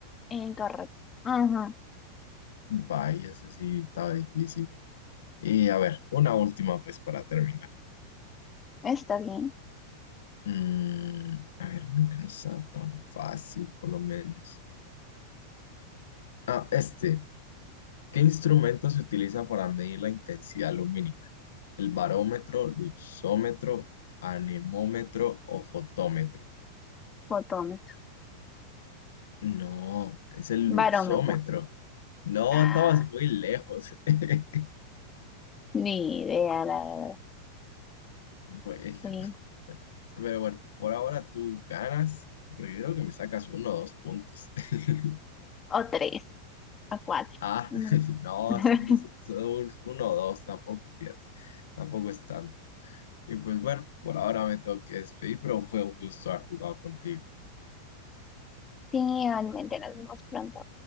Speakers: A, on the left; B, on the left.
A: incorrecto. Ujú,
B: Vaya, ese sí estaba difícil. Y a ver, una última pues para terminar.
A: Está bien.
B: Mm, a ver, uno que no sea tan fácil, por lo menos. Ah, este. ¿Qué instrumento se utiliza para medir la intensidad lumínica? ¿El barómetro, luxómetro, anemómetro o fotómetro?
A: Fotómetro.
B: No, es el luxómetro.
A: Barómetro.
B: No,
A: Ah,
B: estabas muy lejos. <laughs>
A: ni idea, la verdad.
B: Bueno,
A: Sí.
B: <laughs> pero bueno, por ahora tú ganas, porque creo que me sacas uno o dos puntos. <laughs>
A: O tres, o cuatro.
B: Ah,
A: No.
B: <laughs> no,
A: <laughs>
B: son dos, son un- uno o dos, tampoco, pier- tampoco es tanto. Y pues bueno, por ahora me tengo que despedir, pero fue un gusto haber jugado contigo.
A: Sí, realmente nos vemos pronto.